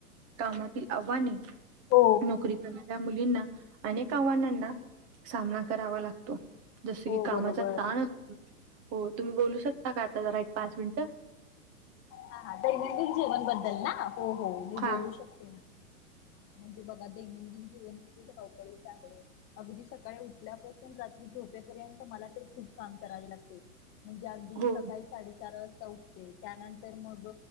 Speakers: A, on the right; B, on the left.
A: कामातील आव्हाने,
B: हो
A: नोकरी कर ऱ्या मुलींना, अनेक आव्हानांना, सामना करावा लाग जसं
B: हो
A: की कामाचा
B: बरोबर.
A: ताण अ, हो तुम्ही बोलू शकता का, आता जरा एक पाच मिनिट?
B: हा हा, दैनंदिन जीवनबद्दल ना, हो हो, मी
A: हा
B: बोलू शकते ना. म्हणजे बघा दैनंदिन जीवन, किती धावपळीच आहे. अगदी सकाळी उठल्यापासून, रात्री झोपेपर्यंत, मला तर खूप काम करावे लागते. म्हणजे अगदी मी
A: हो
B: सकाळी साडेचार वाजता उठते, त्यानंतर मग